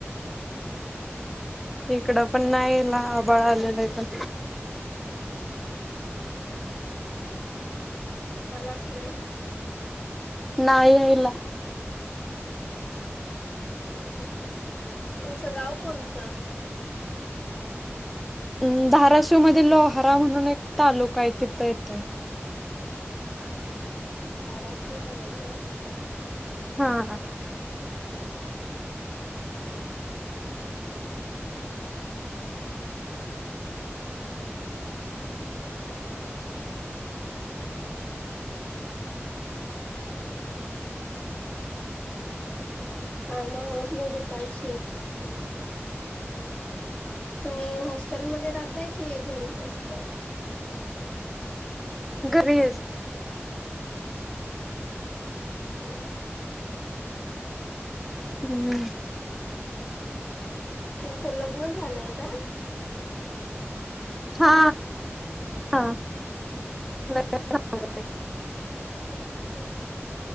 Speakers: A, in the centre; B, on the left.
A: इकडं पण नाहीला आबाळ आलेला आहे पण
B: आलाच नाही
A: नाहीय आईला
B: हम् हम् तुमचं गाव कोणतं
A: अ धाराशिव मध्ये लोहारा म्हणून एक तालुका आहे तिथं यथे
B: धारा ो मध्ये ह
A: हा ह
B: कामवरतली दुपारची तुम्ही हॉस्टेलमध्ये राहताय की घरीच असताय
A: गरज
B: हा ह
A: हम्म
B: तुमचं लग्न झालंय काय
A: हा हा नाही झालाय
B: तस दे की ग